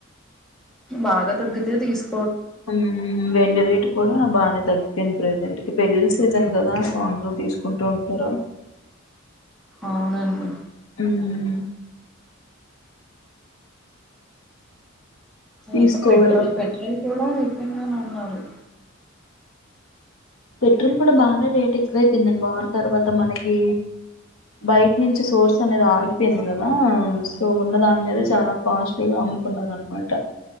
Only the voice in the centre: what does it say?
బాగా తగ్గితే తీసు
అవునండి
ఎంత పెట్రోల్ పెట్రోల్ కూడా అయిపోయ్యినన్నారు